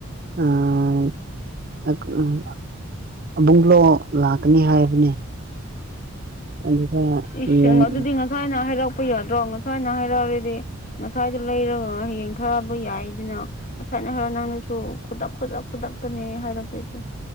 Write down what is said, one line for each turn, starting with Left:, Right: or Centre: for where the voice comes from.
Right: ꯎꯝ ꯑ ꯎꯝ ꯑꯕꯨꯡꯂꯣ ꯂꯥꯛꯀꯅꯤ ꯍꯥꯢꯕꯅꯦ ꯑꯗꯨꯗ
Left: ꯏꯁꯦꯡꯕ
Right: ꯌꯦꯡ
Left: ꯑꯗꯨꯗꯤ ꯉꯁꯥꯢꯅ ꯍꯥꯢꯔꯛꯄ ꯌꯥꯗ꯭ꯔꯣ ꯉꯁꯥꯢꯅ ꯍꯥꯢꯔꯛꯑꯔꯗꯤ ꯉꯁꯥꯏꯗꯣ ꯂꯩꯔꯒ ꯍꯌꯦꯡ ꯊꯥꯕ ꯌꯥꯢꯗꯅ ꯉꯁꯥꯢꯅꯍꯔ ꯅꯪ ꯅꯪꯁꯨ ꯈꯨꯗꯛ ꯈꯨꯗꯛ ꯈꯨꯗꯛꯇꯅꯦ ꯍꯥꯢꯔꯛꯇꯣꯢꯁꯦ